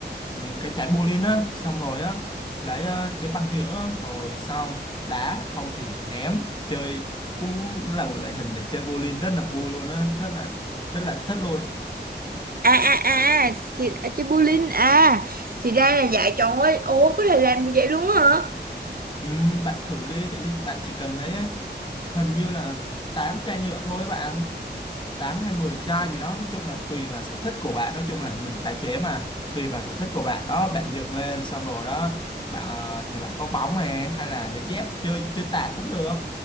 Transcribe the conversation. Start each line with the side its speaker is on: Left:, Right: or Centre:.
Left: những cái trái bowling á, xong rồi á lấy ờ, trái banh nhựa á, rồi xong đá không thì ném chơi cũng, cũng là một loại hình để chơi bowling rất là vui luôn á, rất là rất là thích luôn.
Right: à à à à, thì à, chơi bowling à thì ra là dạy chọn ấy. ồ có thể làm được vậy luôn á hả
Left: Ừm, bạn thử đi, tự nhiên bạn chỉ cần thấy hình như là 8 chai nhựa thôi bạn 8 hay 10 chai gì đó nói chung là tùy vào sở thích của bạn nói chung là mình tái chế mà tùy vào sở thích của bạn đó bạn dựng lên xong rồi đó bạn ờ, nhà bạn có bóng này hay là để dép chơi chơi tạt cũng được